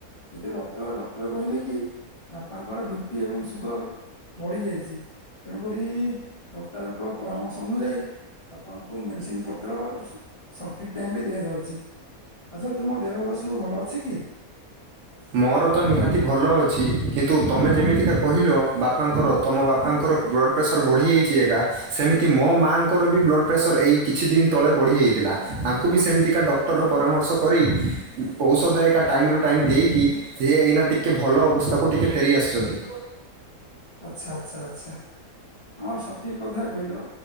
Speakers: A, on the left; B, on the right.
A: ଏବେ ଡକ୍ଟର ଡକ୍ଟର କହିଲେ କି ବାପାଙ୍କର ବି ପି ଏବଂ ସୁଗର ବଢି ଯାଇଛି ତେଣୁକରି ଡକ୍ଟରଙ୍କ ପରାମର୍ଶ ଅନୁଯାୟୀ ବାପାଙ୍କୁ ମେଡିସିନ ପତ୍ର ସଠିକ୍ ଟାଇମ ରେ ଦିଆଯାଉଚି ଆଚ୍ଛା ତୁମ ଦେହବା ସବୁ ଭଲ ଅଛି କି?
B: ମୋର ତ ନିହାତି ଭଲ ଅଛି କିନ୍ତୁ ତମେ ଯେମିତିକା କହିଲ ବାପାଙ୍କର ତମ ବାପାଙ୍କର ବ୍ଲଡ଼ ପ୍ରେସର ବଢ଼ିଯାଇଛି ଏକା। ସେମିତି ମୋ ମାଆଙ୍କର ବି ବ୍ଲଡ଼ ପ୍ରେସର୍ ଏଇ କିଛି ଦିନ୍ ତଳେ ବଢ଼ିଯାଇଥିଲା ତାଙ୍କୁ ବି ସେମ୍ତିକା ଡକ୍ ଡକ୍ଟର
A: ଆଚ୍ଛା
B: ପରାମର୍ଶ କରି, ଔଷଧ ଏକା ଟାଇମ୍ରୁ ଟାଇମ୍ ଦେଇ କି ସେ ଏଇନା ଟିକେ ଭଲ ଅବସ୍ଥାକୁ ଟିକେ ଫେରି ଆସିଚନ୍ତି।
A: ଆଚ୍ଛା ଆଚ୍ଛା ଆଚ୍ଛା ଆମର ସଠିକ୍ କଥା କହିଲ।